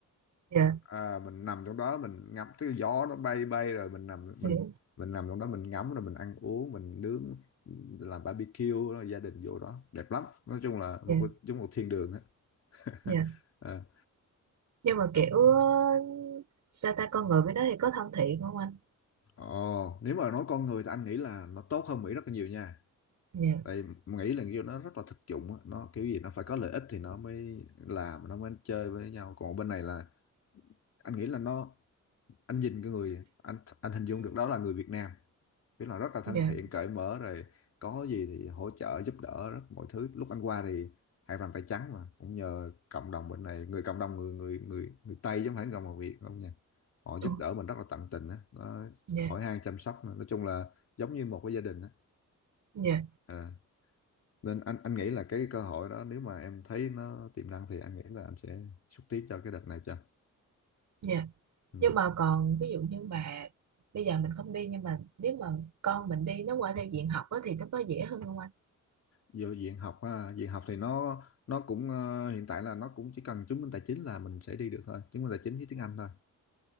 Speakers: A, on the right; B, on the left.
A: dạ
B: à, mình nằm trong đó mình ngắm cái gió nó bay bay rồi mình nằm mình
A: dạ
B: mình nằm trong đó mình ngắm rồi mình ăn uống mình nướng làm barbecue rồi gia đình vô đó đẹp lắm nói chung là một
A: dạ
B: cái giống một thiên đường á
A: dạ
B: <laughs> Ờ.
A: nhưng mà kiểu ờ, sao ta con người với nó thì có thân thiện không anh
B: Ồ, nếu mà nói con người thì anh nghĩ là nó tốt hơn Mỹ rất là nhiều nha.
A: dạ
B: Tại Mỹ là kiểu nó rất là thực dụng, á. nó kiểu gì nó phải có lợi ích thì nó mới làm, nó mới chơi với nhau. Còn bên này là anh nghĩ là nó anh nhìn cái người anh anh hình dung được đó là người Việt Nam. biết là rất là thân
A: dạ
B: thiện cởi mở rồi có gì thì hỗ trợ giúp đỡ rất mọi thứ lúc anh qua thì hai bàn tay trắng mà cũng nhờ cộng đồng bên này người cộng đồng người người người người Tây chứ không phải cộng đồng Việt không nha họ giúp
A: Ồ,
B: đỡ mình rất là tận tình á nó
A: dạ
B: hỏi han chăm sóc nữa. nói chung là giống như một cái gia đình á
A: dạ
B: Ờ. nên anh anh nghĩ là cái cơ hội đó nếu mà em thấy nó tiềm năng thì anh nghĩ là anh sẽ xúc tiến cho cái đợt này cho
A: dạ
B: ừ.
A: nhưng mà còn ví dụ như mà bây giờ mình không đi nhưng mà nếu mà con mình đi nó qua theo diện học á thì nó có dễ hơn không anh
B: vô diện học ha diện học thì nó nó cũng ờ, hiện tại là nó cũng chỉ cần chứng minh tài chính là mình sẽ đi được thôi chứng minh tài chính với tiếng Anh thôi